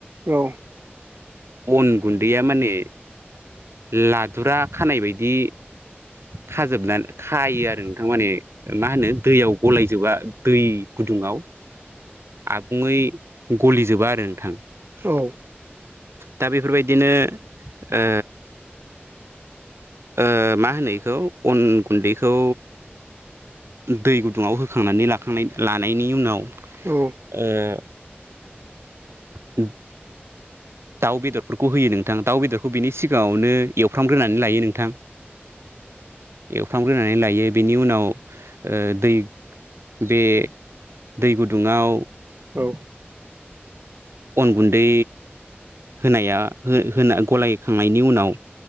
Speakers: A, on the right; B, on the right.
A: औ
B: अन गुन्दैया माने लादुरा खानाय बायदि
A: <inaudible>
B: खाजोबना खायो आरो नोंथां माने मा होनो दैयाव गलायजोबा दै गुदुङाव आबुङै गलिजोबा आरो नोंथां
A: औ
B: दा बेफोरबायदिनो ओ ओ मा होनो इखौ अन गुन्दैखौ दै गुदुङाव होखांनानै लाखांनाय लानायनि उनाव
A: औ
B: ओ दाउ बेदरफोरखौ होयो नोंथां दाउ बेदरखौ बिनि सिगाङावनो एवफ्रामग्रोनानै लायो नोंथां एवफ्रामग्रोना नानै लायो बिनि उनाव ओ दै बे दै गुदुङाव
A: औ
B: अन गुन्दै होनाया हो होना गलायखांनायनि उनाव